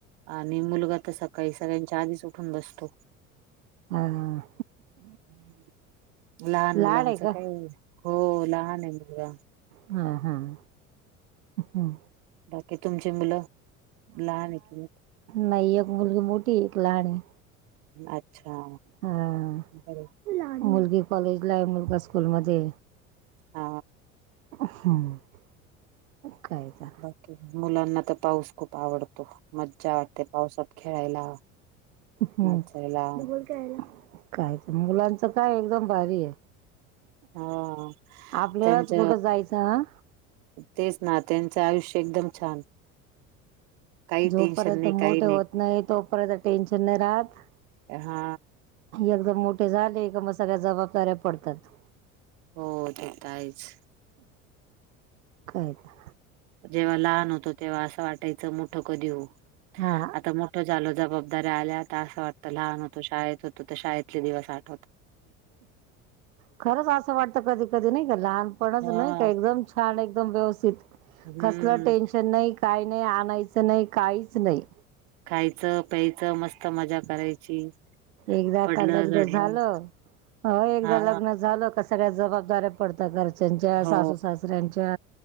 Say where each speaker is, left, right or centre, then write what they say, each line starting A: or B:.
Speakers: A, on the right; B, on the right.
A: आणि मुलगा तर सकाळी सगळ्यांच्या आधीच उठून बसतो.
B: हा.
A: <unintelligible> लहान
B: लाड
A: मुलांच
B: आहे का
A: काय हो लहान आहे मुलगा.
B: हम <unintelligible> हं.
A: बाकी तुमची मुलं, लहान आहे की नाही?
B: नाही, एक मुलगी मोठी आहे, एक लहान आहे.
A: अच्छा
B: हा.
A: बर
B: मुलगी कॉलेज ला आहे, मुलगा स्कूल मध्ये.
A: अ.
B: <inaudible>
A: बाकी? मुलांना तर पाऊस खूप आवडतो. मज्जा वाटते पावसात खेळायला,
B: हम्म
A: नाचायला-
B: काय तर मुलांचं काय एकदम भारी आहे.
A: हा
B: आपल्यालाच
A: त्यांच
B: कुठं जायचं आ.
A: तेच ना त्यांचं आयुष्य एकदम छान- काही
B: जोपर्यंत
A: टेन्शन नाही
B: मोठे
A: काही
B: होत नाही, तोपर्यंत टेन्शन नाही राहत.
A: हा.
B: एकदम मोठे झाले का, मग सगळ्या जबाबदाऱ्या पडतात.
A: हो, तेे तर आहेच.
B: काय <unintelligible>
A: जेव्हा लहान होतो तेव्हा असं वाटायचं, मोठ कधी होऊ
B: हा
A: आता मोठ- मोठ झालो, जबाबदारी आल्यात, असं वाटतं लहान होतो शाळेत होतो, तर शाळेतले दिवस आठवतात.
B: खरच असं वाटत कधी, कधी नाही का लहानपणच
A: हा
B: नाही का एकदमच- छान एकदम व्यवस्थित,
A: हम्म
B: कसलं टेन्शन नाही, काही नाही, आणायचं नाही काहीच नाही.
A: खायचं, प्यायचं मस्त- स्त मजा करायची,
B: एकदा
A: पडलं,
B: का लग्न
A: झडलं-
B: झालं हो, एकदा
A: हा
B: लग्न झालं का सगळ्या जबाबदाऱ्या- पडतात. घरच्यांच्या,
A: हो
B: सासू सासऱ्यांच्या,